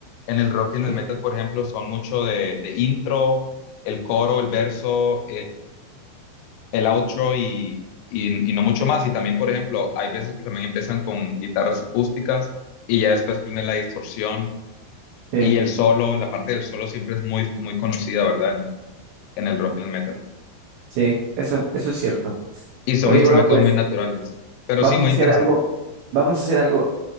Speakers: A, on the left; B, on the right.
A: En el rock y en
B: Sí,
A: el metal, por ejemplo, son mucho de, de intro, el coro, el verso, el outro y, y, y no mucho más. Y también, por ejemplo, hay veces que también empiezan con guitarras acústicas y ya después prenden la distorsión
B: sí,
A: y el solo, la parte del solo siempre es muy, muy conocida, ¿verdad? En, en el rock y el metal.
B: sí, eso, eso es cierto.
A: Y son
B: Oye,
A: instrumentos
B: bro, pues
A: muy naturales, pero
B: vamos
A: sí, muy
B: a hacer
A: interesante.
B: algo, vamos a hacer algo.